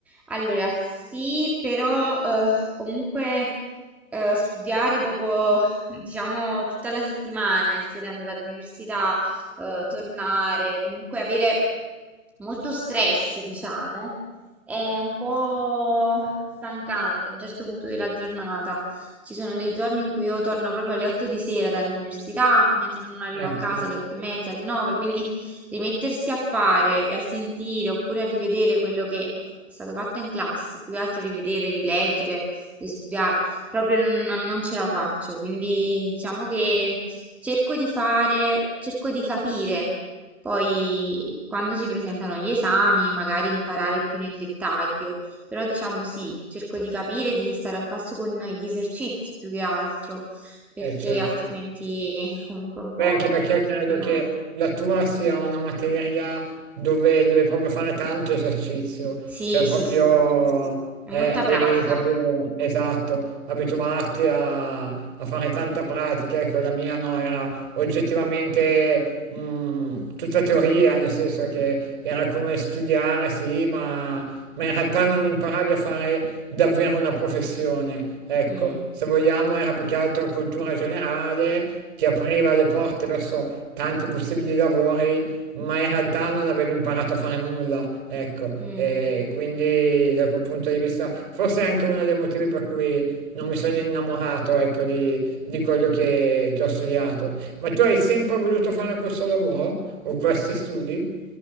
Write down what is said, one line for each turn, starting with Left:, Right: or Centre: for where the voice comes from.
Centre: Allora, sì, però eh, comunque eh, studiare dopo, diciamo, tutta la settimana, essere andata all'università, eh, tornare, comunque avere molto stress, diciamo, è un po' stancante a un certo punto della giornata. Ci sono dei giorni in cui io torno proprio alle 8 di sera dall'università, mentre non arrivo
Right: Eh
Centre: a casa
Right: sì,
Centre: alle 8 e mezza, alle 9, quindi rimettersi a fare e a sentire oppure a rivedere quello che è stato fatto in classe, più che altro rivedere, rileggere, ristudiare, proprio non, non- non ce la faccio, quindi diciamo che cerco di fare, cerco di capire, poi quando si presentano gli esami magari imparare più nel dettaglio, però diciamo sì, cerco di capire, di stare al passo con gli esercizi più che altro, perché
Right: eh certo.
Centre: altrimenti è comunque un po'
Right: Beh, anche perché credo
Centre: complicato.
Right: che la tua sia una materia dove devi proprio fare tanto esercizio,
Centre: Sì,
Right: cioè
Centre: sì,
Right: proprio,
Centre: sì, è
Right: eh,
Centre: molta pratica.
Right: devi proprio, esatto, abituarti a, a fare tanta pratica. Ecco, la mia no, era oggettivamente mm, tutta teoria, nel senso che era come studiare, sì, ma, ma in realtà non imparavi a fare davvero una professione. Ecco,
Centre: Mm,
Right: se vogliamo era più che altro cultura generale che apriva le porte verso tanti possibili lavori, ma in realtà non aveva imparato a fare nulla, ecco,
Centre: mm,
Right: e quindi da quel punto di vista forse è anche uno dei motivi per cui non mi sono innamorato, ecco, di, di quello che, che ho studiato. Ma tu
Centre: mm.
Right: hai sempre voluto fare questo lavoro o questi studi?